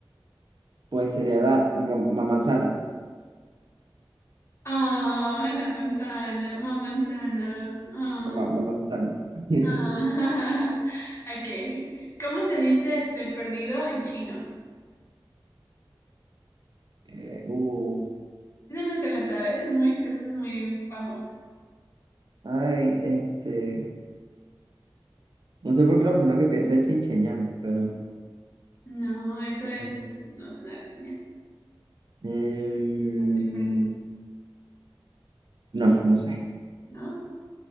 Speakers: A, on the right (about 65°); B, on the left (about 35°).
A: pues sería la ma- ma- manzana.
B: Ah, la manzana, mamá manzana. Ah.
A: Ma- ma- manzana. <laughs>
B: Ah, <laughs> ok, ok. ¿Cómo se dice estoy perdido en chino?
A: Eh, uh,
B: Esa no te la sabes, es muy, esa es muy famosa.
A: ay, este, no sé por qué lo primero que pienso es chincheñal, pero
B: No, eso es
A: eh,
B: no tener señal.
A: eh,
B: Estoy perdido,
A: no, no sé,
B: ¿no?